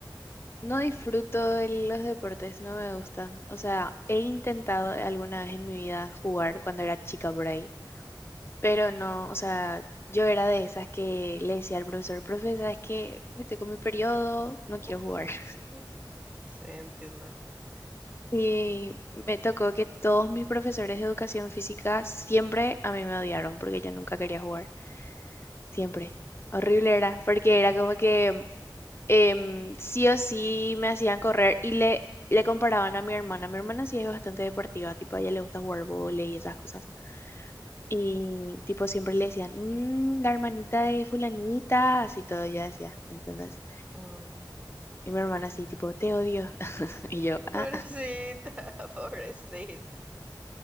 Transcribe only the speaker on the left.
No disfruto de los deportes, no me gustan. O sea, he intentado alguna vez en mi vida jugar cuando era chica por ahí, pero no, o sea, yo era de esas que le decía al profesor, profe, ¿sabes qué? Me tocó mi periodo, no quiero
jugar. <laughs>
Y me tocó que todos mis profesores de educación física siempre a mí me odiaron porque yo nunca quería jugar, siempre. Horrible era, porque era como que em, sí o sí me hacían correr y le, le comparaban a mi hermana. Mi hermana sí es bastante deportiva, tipo a ella le gusta jugar vóley y esas cosas. Y tipo siempre le decían, "Mm, la hermanita de fulanita, así todo, ella decía, ¿entendés?
Y mi hermana así, tipo, te odio. <laughs> Y yo,
ah. ah".